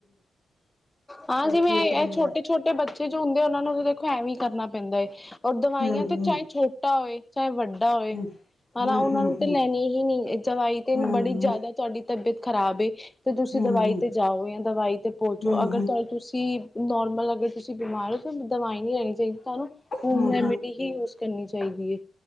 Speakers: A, on the left; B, on the left.
A: ਹਾਂ
B: ਉਹ
A: ਜਿਵੇਂ
B: ਠੀਕ
A: ਇਹ
B: ਰਹਿੰਦਾ
A: ਛੋਟੇ ਛੋਟੇ ਬੱਚੇ ਜੋ ਹੁੰਦੇ ਉਹਨਾਂ ਨੂੰ ਤਾਂ ਦੇਖੋ ਐਵੇਂ ਕਰਨਾ ਪੈਂਦਾ ਹੈ ਔਰ ਦਵਾਈਆਂ
B: ਹੂੰ ਹੂੰ
A: ਤੇ ਚਾਹੇ ਛੋਟਾ ਹੋਵੇ ਚਾਹੇ ਵੱਡਾ ਹੋਏ
B: ਹੂੰ
A: ਹਨਾ
B: ਹੂੰ
A: ਉਹਨਾਂ
B: ਹੂੰ
A: ਨੂੰ ਤਾਂ
B: ਹੂੰ
A: ਲੈਣੀ ਹੀ ਨੀ ਆਈ ਤੇ
B: ਹੂੰ
A: ਬੜੀ
B: ਹੂੰ
A: ਜ਼ਿਆਦਾ ਤੁਹਾਡੀ ਤਬੀਅਤ ਖਰਾਬ ਏ ਤੇ ਤੁਸੀਂ
B: ਹੂੰ
A: ਦਵਾਈ
B: ਹੂੰ
A: ਤੇ ਜਾਓ ਜਾਂ ਦਵਾਈ ਤੇ ਪਹੁੰਚੋ
B: ਹੂੰ
A: ਅਗਰ ਤੁਸੀਂ ਨੋਰਮਲ ਅਗਰ ਤੁਸੀਂ ਬਿਮਾਰ ਹੋ ਤੁਹਾਨੂੰ ਦਵਾਈ ਨਹੀਂ ਲੈਣੀ ਚਾਹੀਦੀ ਤੁਹਾਨੂੰ ਹੋਮ
B: ਹੂੰ
A: ਰੈਮੀਡੀ ਹੀ ਯੂਜ ਕਰਨੀ ਚਾਹੀਦੀ ਚਾਹੀਦੀ ਹੈ